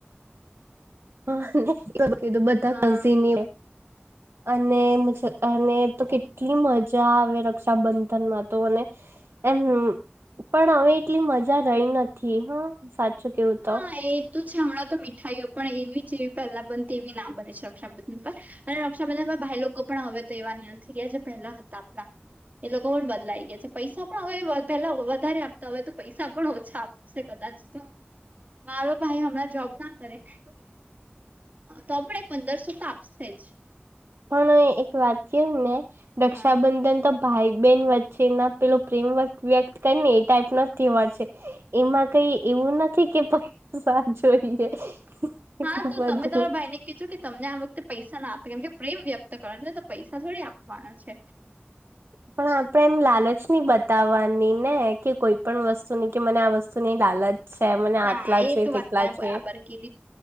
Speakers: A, on the right; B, on the right.
A: હા કીધું બધા
B: હા
A: કઝીન અને. અને તો કેટલી મજા આવે રક્ષાબંધનમાં તો અને એમ. પણ હવે એટલી મજા રહી નથી હ સાચું. કેવું તો
B: હા એ. તો છે હમણાં તો મીઠાઈઓ પણ એવી જેવી પહેલા બનતી એવી ના બને છે રક્ષાબંધન પર. અને રક્ષાબંધનમાં ભાઈ લોકો પણ હવે તો એવા નથી રહ્યા જે પહેલા હતા આપણા. એ લોકો પણ બદલાઈ ગયા છે. પૈસા પણ હવે પેલા વધારે આપતા હોય તો પૈસા પણ ઓછા આપશે કદાચ તો. મારો ભાઈ હમણાં જોબ ના કરે. તો પણ એ પંદરસો તો આપશે જ.
A: પણ એક વાત કેવ ને રક્ષાબંધન
B: હા
A: તો. ભાઈ બેહેન વચ્ચે એ ના પેલો પ્રેમ વ્યક્ત કરી ને એ ટાઈપ ના તહેવાર છે. એમાં કઈ એવું નથી કે પૈસા જોઈએ. બધું
B: હા તો તમે તમારા ભાઈ ને કેજો કે તમને આ વખતે. પૈસા ના આપે કેમ કે પ્રેમ વ્યક્ત કરવા નો છે તો પૈસા થોડી આપવાનો છે.
A: પણ આપણેે એમ લાલચ નહી બતાવવાની ને કે કોઈ પણ વસ્તુની કે મને આ વસ્તુ ની લાલચ. છે મને આટલા
B: હા એ
A: જોઈએ
B: તો વાત
A: તેટલા જોઈએ
B: બરાબર કીધી